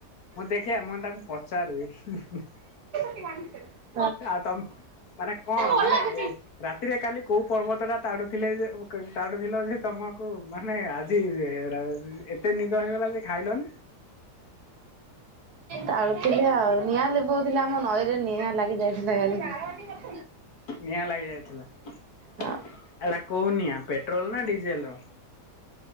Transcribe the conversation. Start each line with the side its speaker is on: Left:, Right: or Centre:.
Left: ମୁଁ ଦେଖିବା ମୁଁଇଁ ତାକୁ ପଚାରିବି।
Right: <unintelligible>
Left: ଆଉ ତମ ମାନେ କଣ
Right: ଆଉ
Left: ମାନେ ରାତିରେ କାଲି କୋଉ ପର୍ବତ ଟା ତାଡୁଥିଲେ ଯେ ଓ କଇ ତାଡୁଥୁଲଯେ ତ କୋଉ ମାନେ ଆଜି ଏରା ଏତେ ନିଦ ହେଇଗଲା ଯେ ଖାଇଲନି।
Right: ତାଡୁଥିଲି ଆଉ ନିଆଁ ଲିଭଉ ଥିଲି ଆମ ନଈରେ ନିଆଁ ଲାଗି ଯାଇଥିଲା କାଲି।
Left: ନିଆଁ ଲାଗି ଯାଇଥିଲା ଆଉ
Right: ହଁ
Left: । କୋଉ ନିଆଁ ପେଟ୍ରୋଲ ନା ଡି ଜେଲ୍ ର